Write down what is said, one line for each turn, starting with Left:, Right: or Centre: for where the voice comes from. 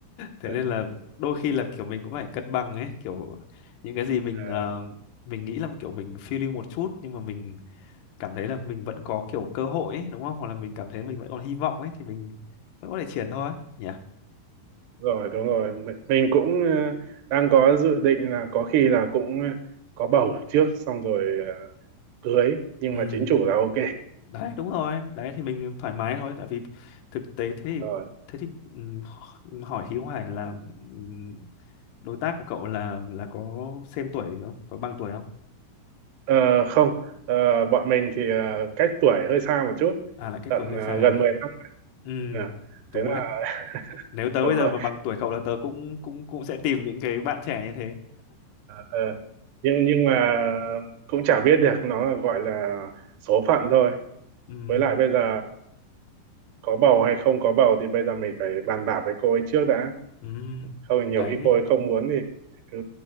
Left: thế
Right: ờ,
Left: nên là đôi khi là kiểu mình cũng phải cân bằng ấy kiểu những cái gì mình
Right: ờ,
Left: ờ, mình nghĩ là kiểu mình phiêu lưu một chút nhưng mà mình cảm thấy là mình vẫn có kiểu cơ hội ấy, đúng không? Hoặc là mình cảm thấy mình vẫn còn hy vọng ấy thì mình vẫn có thể triển thôi nhỉ.
Right: rồi đúng rồi Mi- mình cũng uh, đang có dự định là có khi là cũng ờ, có bầu trước xong rồi ờ, cưới nhưng
Left: Ừ,
Right: mà chính chủ là ok
Left: đấy đúng rồi, đấy thì mình thoải mái thôi tại vì thực tế thế thì
Right: rồi
Left: thế thì ừm, hỏi khí hoài là ừm, đối tác của cậu là là có xem tuổi không? Có bằng tuổi không?
Right: Ờ, không ờ, bọn mình thì ờ, cách tuổi hơi xa một chút
Left: À lại cách
Right: tận
Left: tuổi hơi
Right: ờ,
Left: xa. à?
Right: gần mười năm
Left: Ừ,
Right: Ờ,
Left: đúng
Right: thế là
Left: đấy. Nếu tớ
Right: <laughs> đúng
Left: bây giờ
Right: rồi
Left: mà bằng tuổi cậu là tớ cũng cũng cũng sẽ tìm những cái bạn trẻ như thế.
Right: Ờ, nhưng nhưng mà cũng chả biết được nó là gọi là số phận thôi
Left: Ừ,
Right: với lại bây giờ có bầu hay không có bầu thì bây giờ mình phải bàn bạc với cô ấy trước đã
Left: ừ,
Right: không thì nhiều
Left: đấy.
Right: khi cô ấy không muốn thì cứ